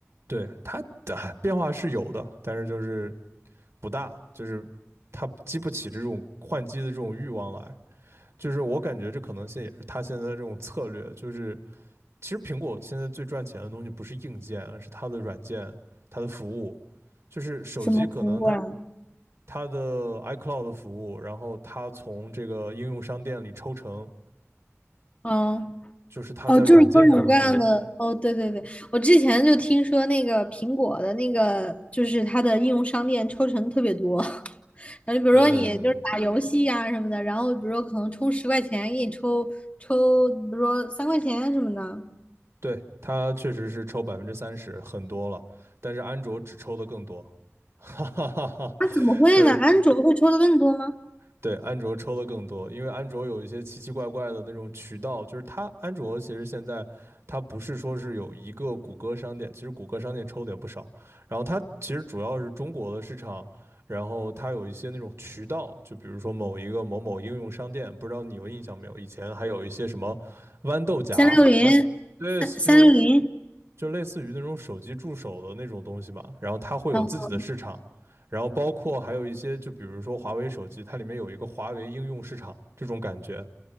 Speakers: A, on the right; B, on the left.
A: 对它的变化是有的，但是就是不大，就是它激不起这种换机的这种欲望来。就是我感觉这可能性也是他现在的这种策略，就是其实苹果现在最赚钱的东西不是硬件，而是它的软件、它的服务。就是手机可能它
B: 什么服务啊，
A: 它的 iCloud 服务，然后它从这个应用商店里抽成，
B: 嗯，
A: 就是它在软件上的服务。
B: 哦，就是各种嗯各样的，哦，对对对，我之前就听说那个苹果的那个，就是它的应用商店抽成特别多，<laughs> 然后就比如说你就是打游戏呀、
A: 嗯，
B: 什么的，然后比如说可能充十块钱给你抽抽，比如说三块钱什么的，
A: 对，它确实是抽百分之三十，很多了，但是安卓只抽的更多。<laughs> 哈哈哈哈，
B: 那、怎么会呢？
A: 就是
B: 安卓会抽的更多吗？
A: 对，安卓抽的更多，因为安卓有一些奇奇怪怪的那种渠道，就是它安卓其实现在它不是说是有一个谷歌商店，其实谷歌商店抽的也不少，然后它其实主要是中国的市场，然后它有一些那种渠道，就比如说某一个某某应用商店，不知道你有印象没有？以前还有一些什么豌豆荚、
B: 三六零，
A: 豌，对，
B: 三三六零，
A: 这种就类似于那种手机助手的那种东西嘛，然后它会有自己的市场，
B: 嗯
A: 然后包括还有一些，就比如说华为手机，它里面有一个华为应用市场这种感觉，